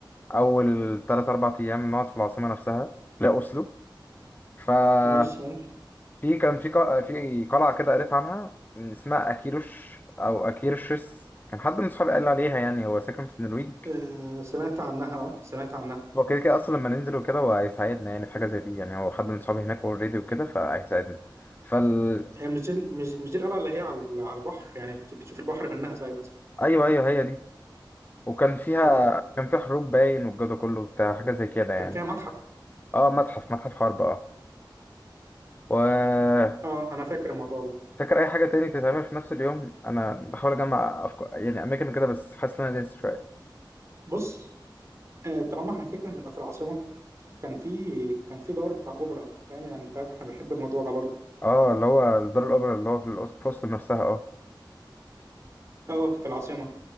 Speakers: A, on the left; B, on the right.
A: أول تلات أربع أيام نقعد في العاصمة نفسها لا أوسلو ففي
B: ماشي ممكن
A: كان في قا- في قلعة كده قريت عنها اسمها أكيروش أو أكيرشس كان حد من صحابي قال لي عليها يعني هو ساكن في النرويج
B: آه سمعت عنها اه سمعت عنها
A: هو كده كده اصلا لما ننزل وكده هو هيساعدنا يعني في حاجه زي دي يعني هو حد من صحابي هناك اوريدي وكده فهيساعدنا فال
B: هي مش دي مش مش دي القلعه اللي هي على على البحر يعني بت- بتشوف البحر منها زي مثلا
A: ايوه ايوه هي دي وكان فيها
B: اه
A: كان فيها حروب باين والجو ده كله بتاع حاجه زي كده يعني
B: كان فيها متحف
A: اه متحف متحف حرب اه و
B: اه انا فاكر الموضوع ده
A: فاكر اي حاجه تاني تتعمل في نفس اليوم انا بحاول اجمع افكار يعني اماكن كده بس حاسس ان انا لسه شويه
B: بص آه طالما احنا كده كده هنبقى في العاصمه كان في كان في دور بتاع اوبرا فاهم يعني انت عارف احنا بنحب الموضوع ده برضه
A: اه اللي هو الدار الاوبرا اللي هو في الأس- في وسط نفسها اه
B: اه في العاصمه